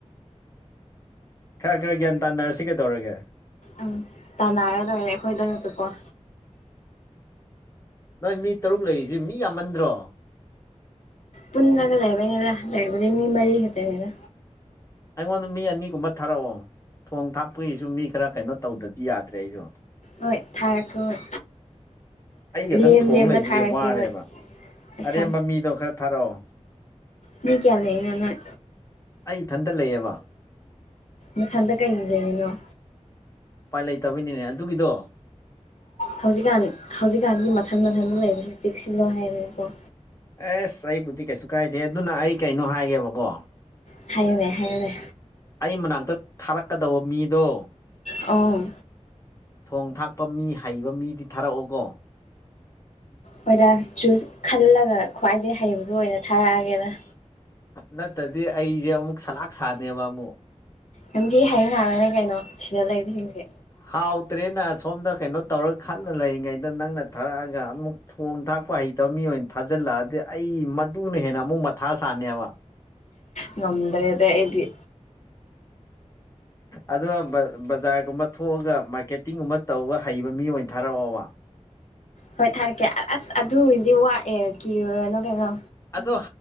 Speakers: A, on the left; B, on the left.
A: ꯈꯔ ꯈꯔ ꯒ꯭ꯌꯥꯟ ꯇꯥꯅꯔꯁꯤ ꯀꯩꯗꯧꯔꯒꯦ
B: ꯑꯝ ꯇꯥꯟꯅꯔ ꯂꯣꯏꯔꯦ ꯑꯩꯈꯣꯏꯗ ꯂꯞꯀꯣ
A: ꯅꯣꯏ ꯃꯤ ꯇꯔꯨꯛ ꯂꯩꯔꯤꯖꯤ ꯃꯤ ꯌꯥꯝꯃꯟꯗ꯭ꯔꯣ
B: ꯄꯨꯟꯅꯒ ꯂꯩꯔꯕꯩꯅꯤꯗ ꯂꯩꯔꯕꯗꯤ ꯃꯤ ꯃꯔꯤ ꯈꯠꯇꯅꯤꯗ
A: ꯑꯩꯉꯣꯟꯗ ꯃꯤ ꯑꯅꯤꯒꯨꯝꯕ ꯊꯥꯔꯛꯑꯣ ꯊꯣꯡ ꯊꯥꯛꯄꯒꯤꯁꯨ ꯃꯤ ꯈꯔ ꯀꯩꯅꯣ ꯇꯧꯗꯗꯤ ꯌꯥꯗ꯭ꯔꯦ ꯑꯩꯖꯨ
B: ꯍꯣꯏ ꯊꯥꯔꯛꯀ ꯍꯣꯏ
A: ꯑꯩ ꯈꯇꯪ
B: ꯂꯦꯝ
A: ꯊꯣꯡ
B: ꯂꯦꯝꯕ
A: ꯂꯩꯕꯖꯦ
B: ꯊꯥꯔꯛꯀꯦ
A: ꯋꯥꯔꯦꯕ
B: ꯍꯣꯏ ꯑꯠꯁꯥ
A: ꯑꯔꯦꯝꯕ ꯃꯤꯗꯣ ꯈꯔ ꯊꯥꯔꯛꯑꯣ
B: ꯃꯤ ꯀꯌꯥ ꯂꯩꯏꯅꯣ ꯅꯣꯏ
A: ꯑꯩ ꯏꯊꯟꯇ ꯂꯩꯌꯦꯕ
B: ꯅꯊꯟꯗ ꯀꯩꯒꯤ ꯂꯩꯔꯤꯅꯣ
A: ꯎꯄꯥꯏ ꯂꯩꯇꯕꯩꯅꯤꯅꯦ ꯑꯗꯨꯒꯤꯗꯣ
B: ꯍꯧꯖꯤꯛꯀꯥꯟ ꯍꯧꯖꯤꯛꯀꯥꯟꯗꯤ ꯃꯊꯟ ꯃꯊꯟ ꯂꯩꯕꯁꯦ ꯆꯦꯛꯁꯤꯜꯂꯣ ꯍꯥꯏꯕꯅꯤꯀꯣ
A: ꯑꯦꯁ ꯑꯩꯕꯨꯗꯤ ꯀꯩꯁꯨ ꯀꯥꯏꯗꯦ ꯑꯗꯨꯅ ꯑꯩ ꯀꯩꯅꯣ ꯍꯥꯏꯒꯦꯕꯀꯣ
B: ꯍꯥꯏꯌꯨꯅꯦ ꯍꯥꯏꯌꯨꯅꯦ
A: ꯑꯩ ꯃꯅꯥꯛꯇ ꯊꯥꯔꯛꯀꯗꯧꯕ ꯃꯤꯗꯣ
B: ꯑꯥꯎ
A: ꯊꯣꯡ ꯊꯥꯛꯄ ꯃꯤ ꯍꯩꯕ ꯃꯤꯗꯤ ꯊꯥꯔꯛꯑꯣꯀꯣ
B: ꯍꯣꯏꯗ ꯆꯨꯁ ꯈꯜꯂꯒ ꯈ꯭ꯋꯥꯏꯗꯩ ꯍꯩꯕꯗꫭ ꯑꯣꯏꯅ ꯊꯥꯔꯛꯑꯒꯦꯗ
A: ꯅꯠꯇꯗꯤ ꯑꯩꯖ‌ꯦ ꯑꯃꯨꯛ ꯁꯂꯥꯛ ꯁꯥꯅꯦꯕ ꯑꯃꯨꯛ
B: ꯌꯝꯊꯤ ꯍ‌ꯩꯕ ꯉꯥꯛꯇꯅꯤ ꯀꯩꯅꯣ ꯁꯤꯗ ꯂꯩꯕꯁꯤꯡꯁꯦ
A: ꯍꯥꯎꯇ꯭ꯔꯦꯅ ꯁꯣꯝꯗ ꯀꯩꯅꯣ ꯇꯧꯔꯒ ꯈꯜꯂ ꯂꯩꯔꯤꯉꯩꯗ ꯅꯪꯅ ꯊꯔꯛꯑꯒ ꯑꯃꯨꯛ ꯊꯣꯡ ꯊꯥꯛꯄ ꯍꯩꯇꯕ ꯃꯤ ꯑꯣꯏꯅ ꯊꯥꯖꯤꯜꯂꯛꯑꯗꯤ ꯑꯩ ꯃꯗꯨꯅ ꯍꯦꯟꯅ ꯑꯃꯨꯛ ꯃꯊꯥ ꯁꯥꯅꯦꯕ
B: ꯉꯝꯗ꯭ꯔꯦꯗ ꯑꯩꯗꯤ
A: ꯑꯗꯨꯒ ꯕꯥ ꯕꯖꯥꯔꯒꯨꯝꯕ ꯊꯣꯛꯑꯒ ꯃꯥꯔꯀꯦꯇꯤꯡꯒꯨꯝꯕ ꯇꯧꯕ ꯍꯩꯕ ꯃꯤ ꯑꯣꯏꯅ ꯊꯥꯔꯛꯑꯣꯕ
B: ꯍꯣꯏ ꯊꯥꯔꯛꯀꯦ ꯑꯁ ꯑꯗꯨ ꯑꯣꯏꯗꯤ ꯋꯥꯠ ꯑ‌ꯦ ꯀꯤꯔꯨꯔꯅꯣ ꯀꯩꯅꯣ
A: ꯑꯗꯣ